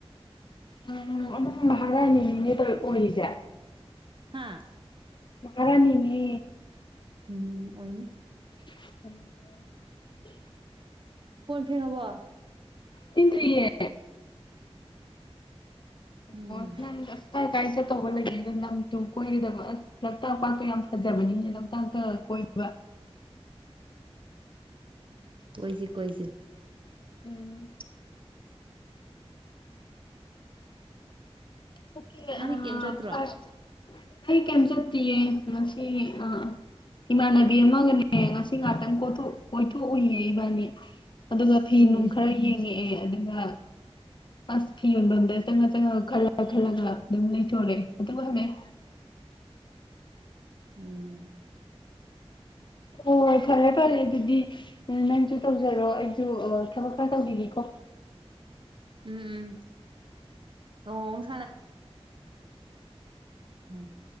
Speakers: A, on the left; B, on the right.
A: ꯎꯝ ꯑꯃ ꯃꯍꯥꯔꯥꯅꯤꯅꯤꯅꯦ ꯇꯧ ꯑꯣꯏꯔꯤꯁꯦ
B: ꯍꯥꯥ
A: ꯃꯍꯥꯔꯅꯤꯅꯦ
B: ꯎꯝ ꯑꯣꯏꯅꯤ
A: ꯎ <unintelligible>
B: ꯀꯣꯟ ꯐꯦꯡꯉꯕꯣ
A: ꯐꯦꯡꯗꯔꯤꯌꯦ
B: ꯎꯝ
A: ꯍꯣ ꯅꯪ ꯀꯥꯏ ꯀꯥꯏ ꯆꯠ ꯇꯧꯕ ꯂꯩꯌꯦꯗ ꯂꯝꯇꯨ ꯀꯣꯏꯒꯗꯕ ꯑꯁ ꯂꯣꯛꯇꯥꯛ ꯄꯥꯠꯇꯣ ꯌꯥꯝ ꯐꯖꯕꯅꯤꯅꯦ ꯂꯣꯛꯇꯥꯛꯇ ꯀꯣꯏꯕ
B: ꯀꯣꯏꯁꯦ ꯀꯣꯏꯁꯦ
A: ꯎꯝ ꯑꯣꯀꯦ
B: ꯅꯪꯗꯤ
A: ꯑ
B: ꯀꯩꯝ ꯆꯠꯇ꯭ꯔꯣ
A: ꯑꯩ ꯀꯔꯝ ꯆꯠꯇꯤꯌꯦ ꯉꯁꯤ ꯑꯥ ꯏꯃꯥꯟꯅꯕꯤ ꯑꯃꯒꯅꯦ ꯉꯁꯤ ꯉꯥꯛꯇꯪ ꯀꯣꯏꯊꯣꯛꯎꯏꯌꯦ ꯏꯕꯥꯅꯤ ꯑꯗꯨꯒ ꯐꯤ
B: ꯎꯝ
A: ꯅꯨꯡ ꯈꯔ ꯌꯦꯡꯉꯛꯑꯦ ꯑꯗꯨꯒ ꯑꯁ ꯐꯤ ꯌꯣꯟꯐꯝꯗ ꯆꯪꯉ ꯆꯪꯉ ꯈꯜꯂ ꯈꯜꯂꯒ ꯑꯗꯨꯝ ꯂꯩꯊꯣꯔꯑꯦ ꯑꯗꯨꯒ ꯍꯜꯂꯛꯑꯦ
B: <inaudible> ꯎꯝ
A: ꯍꯣꯏ ꯐꯔꯦ ꯐꯔꯦ ꯑꯗꯨꯗꯤ ꯅꯪꯁꯨ ꯇꯧꯖꯔꯣ ꯑꯩꯁꯨ ꯊꯕꯛ ꯈꯔ ꯇꯧꯕꯤꯒꯦꯀꯣ
B: ꯎꯝ ꯅꯣꯡꯃ ꯑꯃꯨꯛ ꯎꯝ